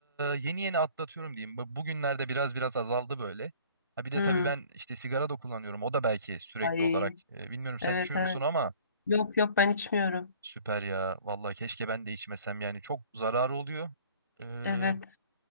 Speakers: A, on the right (about 50°); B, on the left (about 40°).
A: yeni yeni atlatıyorum diyeyim. Bu- Bugünlerde biraz biraz azaldı böyle. Ha bir de
B: Hmm.
A: tabii ben işte sigara da kullanıyorum. O da belki sürekli
B: Ay.
A: olarak. e, bilmiyorum sen
B: Evet
A: içiyor
B: evet.
A: musun ama
B: Yok yok ben içmiyorum.
A: süper ya. Vallahi keşke ben de içmesem yani çok zararı oluyor. Eee,
B: Evet.